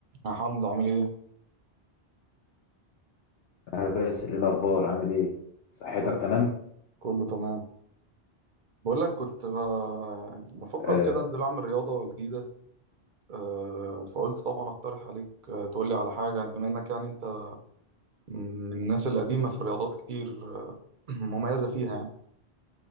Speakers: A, on the right; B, on the left.
A: يا حمزة عامل ايه؟
B: أنا باسل إيه الأخبار عامل إيه؟ صحتك
A: كله
B: تمام؟
A: كله تمام بقول لك كنت ب... بفكر
B: آه،
A: كده انزل اعمل رياضة جديدة آه، فقلت طبعا اقترح عليك آه، تقولي على حاجة بما انك يعني انت من الناس القديمة في الرياضات كتير آه، <clears throat> مميزة فيها يعني